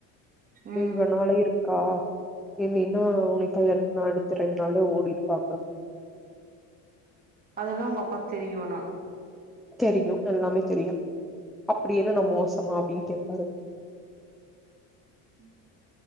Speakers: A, in the centre; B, on the right.
A: தே
B: ம்
A: இவனால இருக்கா இல்லைனா உன்னைய கல்யாண பண்ண அடுத்த ரெண் நாள்ளே ஓடிருப்பாங்க
B: அதெல்லா உங் அப்பாக்கு தெரியு ஆனா
A: தெரியு எல்லாமே தெரியு அப்டி என்ன நா மோசமா அப்டினு கேப்பாரு
B: உம்